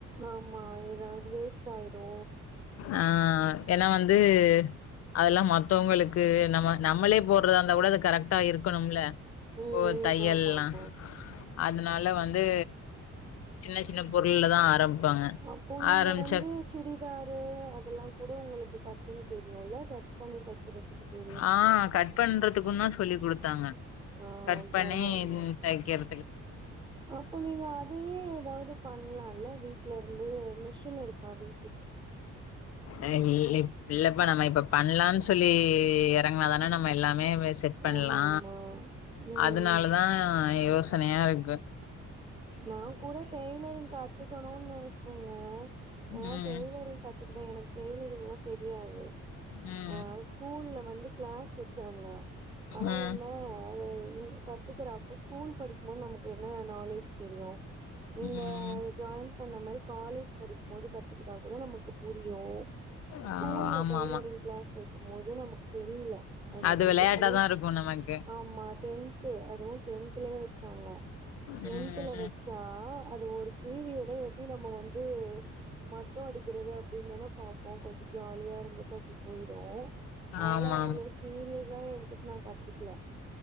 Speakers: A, on the right; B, on the left.
A: ஆமா ஏதாவது வேஸ்ட்டாயிடு
B: ஆ ஏனா வந்து அதெல்லா மத்தவங்களுக்கு நம்ம நம்மளே போட்றதாந்தா கூட அது கரெக்ட்டா இருக்கணும்ல
A: ம்
B: ஓ தையல்லா
A: ம் ஆமா ஆமா
B: அதனால வந்து சின்ன சின்ன பொருள்லதா ஆரம்பிப்பாங்க
A: அப்போ நீங்க
B: ஆரம்
A: வந்து சுடிதாரு அதெல்லா கூட உங்களுக்கு கட்டிங் தெரியுல கட் பண்ணி தைக்கிறதுக்கு தெ
B: ஆ கட் பண்றதுக்குன் தா சொல்லி குடுத்தாங்க
A: ஆ
B: கட் பண்ணி
A: பரவால்ல
B: தைக்கிற
A: அப்போ நீங்க அதயே ஏதாவது பண்லால வீட்லருந்து மிஷின் இருக்காவி
B: ஆ இல்லிப் இல்லப்பா நம்ம இப்ப பண்லான் சொல்லி எறங்னாதான நம்ம எல்லாமே மெ செட் பண்லா
A: ஆமா ஆமா ம்
B: அதுனாலதா யோசனையா இர்க்கு
A: நாங்கூட டெய்லரிங் கத்துக்கணுன் நெனச்சேங்க ஏனா
B: ம்
A: டெய் ய்லரிங் கத்துக்கிட்ட எனக்கு டெய்லரிங்ளா தெரியாது
B: ம்
A: ஆ ஸ்கூல்ல வந்து க்ளாஸ் வச்சாங்க ஆனா
B: ம்
A: என்ன அது எனக்கு கத்துக்கற அப்ப ஸ்கூல் படிக்கும்போது நமக்கு என்ன நாலேஜ் தெரியு நீங்க
B: ம்
A: ஜாயின் இப்ப நம்மாரி காலேஜ் படிக்ம் போது கத்துக்கிட்டா கூட நமக்கு புரியு ஸ்கூல்ல
B: ஆ ஆமா
A: டெய்லரிங்
B: ஆமா
A: க்ளாஸ் வைக்கும் போது நமக்கு தெரியில அதோட
B: அது விளையாட்டாதா
A: இது அதும்
B: இருக்கு நமக்கு
A: ஆமா டென்த்து அதுவு டென்த்லே வச்சாங்க டென்த்
B: ம்
A: த்துல வச்சா அது ஒரு பீரியடே எப்டி நம்ம வந்து மட்டு அடிக்கிறது அப்டின் தான பாப்போ கொஞ்ச ஜாலியாருந்துட்டு அப்டி போயிடு அதெல்லா
B: ஆமா ஆமா
A: அவ்ளோ சீரியஸா எடுத்துட் நா கத்துக்ல